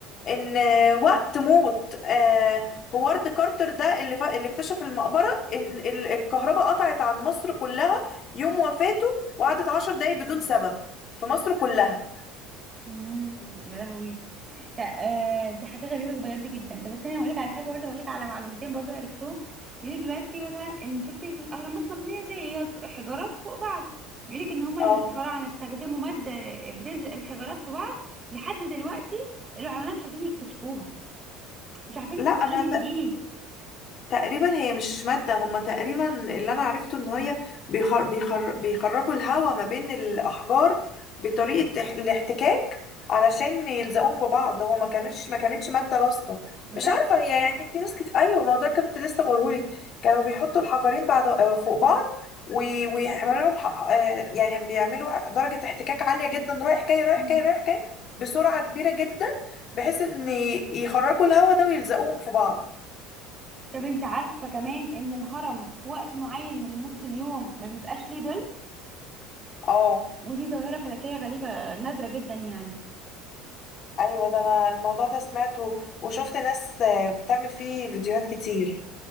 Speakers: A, on the left; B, on the right.
A: ان وقت موت آه هوارد كارتر ده اللي ف... اللي اكتشف المقبره ان ال- الكهرباء قطعت عن مصر كلها يوم وفاته وقعدت عشر دقايق بدون سبب في مصر كلها
B: امم يا لهوي لا آه دي حاجه غريبه بجد جدا ده بس انا هقول لك على حاجه برضه هقول لك على معلومتين برضه عرفتهم بيقول لك دلوقتي مثلا ان شفتي الاهرامات مبنيه زي هي حجارات فوق بعض بيقول لك ان هم الفراعنه
A: اه
B: استخدموا ماده بتلزق الحجارات في بعض لحد دلوقتي العلماء مش عارفين يكتشفوها مش عارفين
A: لا
B: مكونه
A: انا
B: من ايه
A: تقريبا هي مش مادة هما تقريبا اللي أنا عرفته إن هي بيخر بيخر بيخرجوا الهواء ما بين الأحجار بطريقة اح- الاحتكاك علشان يلزقوهم ببعض هو ما كانتش ما كانتش مادة لاصقة
B: بجد
A: مش عارفة هي يعني في ناس كتير أيوة ما هو ده كنت لسه بقولهولك كانوا بيحطوا الحجرين بعض آه، فوق بعض و- ويعملوا لهم ح- آه، يعني بيعملوا درجة احتكاك عالية جدا رايح جاي رايح
B: مم.
A: جاي رايح جاي بسرعة كبيرة جدا بحيث إن يخرجوا الهواء ده ويلزقوهم في بعض
B: طب انت عارفه كمان ان الهرم في وقت معين من نص اليوم ما بيبقاش ليه ظل
A: اه
B: ودي ظاهرة فلكية غريبة نادرة جدا يعني
A: ايوه ده انا الموضوع ده سمعته وشفت ناس آه، بتعمل فيه فيديوهات كتير